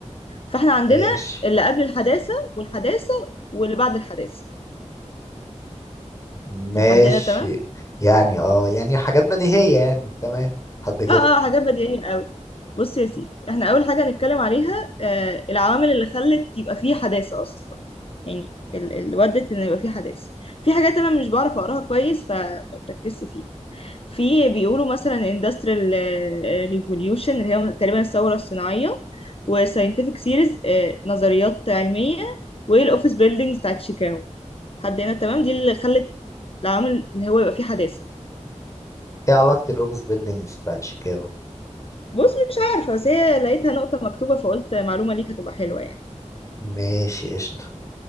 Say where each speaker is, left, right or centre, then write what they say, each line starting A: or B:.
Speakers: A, on the left; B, on the left.
A: فاحنا عندنا
B: ماشي
A: اللي قبل الحداثة والحداثة واللي بعد الحداثة
B: ماشي
A: لحد هنا تمام؟
B: يعني اه يعني حاجات بديهية يعني تمام حد كده
A: اه اه حاجات بديهية قوي بص يا سيدي احنا اول حاجه هنتكلم عليها آه العوامل اللي خلت يبقى فيه حداثه اصلا يعني ال- اللي ودت ان يبقى فيه حداثه في حاجات انا مش بعرف اقراها كويس فما تركزش فيها في بيقولوا مثلا industrial آه، revolution اللي هي تقريبا الثوره الصناعيه وساينتفك سيريز نظريات علميه والاوفيس بيلدينجز بتاعت شيكاغو حد هنا تمام دي اللي خلت العوامل ان هو يبقى فيه حداثه
B: ايه علاقة الاوفيس بيلدينجز بتاعت شيكاغو
A: بص مش عارفه بس هي لقيتها نقطه مكتوبه فقلت معلومه ليك هتبقى حلوه يعني
B: ماشي قشطة